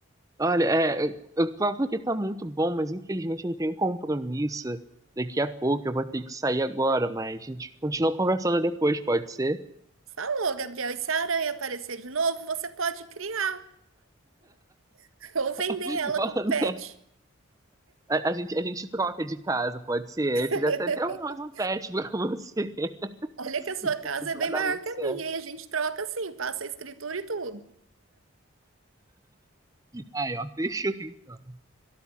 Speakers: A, on the right (about 15°); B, on the right (about 80°).
A: olha, é, o papo aqui tá muito bom, mas infelizmente eu tenho um compromisso daqui a pouco. Eu vou ter que sair agora, mas a gente continua conversando depois, pode ser?
B: Falou, Gabriel. E se a aranha aparecer de novo, você pode criar <laughs> ou vender
A: <laughs>
B: ela como pet.
A: A, a gente, a gente troca de casa, pode ser.
B: <laughs>
A: Aí você já tem até um, mais um pet pra você.
B: Olha
A: <laughs>
B: que a sua casa
A: Isso
B: é bem
A: vai
B: maior
A: dar muito
B: que
A: certo.
B: a minha, e a gente troca assim, passa a escritura e tudo.
A: Aí, ó, fechou então.